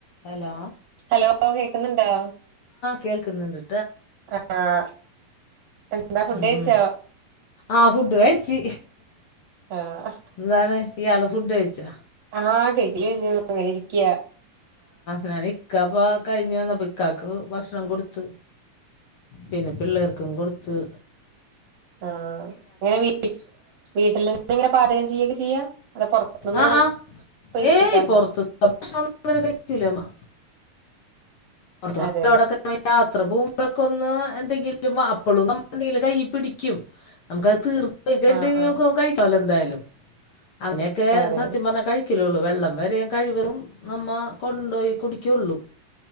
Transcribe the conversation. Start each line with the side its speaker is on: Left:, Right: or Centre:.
Left: Hello
Right: <inaudible> hello കേക്കുന്നുണ്ടോ
Left: കേൾക്കുന്നുണ്ട്
Right: ആഹ് എന്താ ഫുഡ്
Left: ഉം
Right: കഴിച്ചോ
Left: ആഹ് ഫുഡ് കഴിച്ച്
Right: ആഹ്
Left: എന്താണ് ഇയാള് ഫുഡ് കഴി ച്ചാ
Right: ആഹ് കഴിക്കല് കഴിഞ്ഞു ഇങ്ങന ഇരിക്യാ
Left: നാനിക്കാപ്പ കഴിഞ്ഞുവന്ന ഇക്കാക്ക് ഭക്ഷണം കൊട്ത്ത് പിന്നെ പിള്ളേർക്കും കൊടു ത്ത്
Right: ആ ഇങ്ങനെ വീട്ടില് ഇങ്ങനെ പാചകം ചെയ്യൊക്കെ ചെയ്യാ അതോ പൊറത്ത്ന്ന്
Left: ആ ആ
Right: പോയി
Left: ഏയ്
Right: കഴിക്കാറുണ്ടോ
Left: പൊറതുത്തെ ഭക്ഷണം നമ്മള് കഴിക്കൂലമ്മ <unintelligible>
Right: അതെ
Left: യാത്ര പോകുമ്പക്ക ഒന്ന് എന്തെങ്കിലും അപ്പൊളും നമ്മളെന്തേലും കൈ പിടിക്കും നമുക്കത് തീർ ഇജണ്ട്
Right: ആഹ്
Left: മ്മക്ക്
Right: ആഹ്
Left: കഴിക്കാല്ലോ എന്തായാലും അങ്ങനെയൊക്കെ
Right: അതെ
Left: സത്യം പറഞ്ഞാ കഴി കഴിക്കലുള്ളൂ വെള്ളം വരെയും കഴിവതും നമ്മ കൊണ്ടുപോയി കുടിക്കുള്ളൂ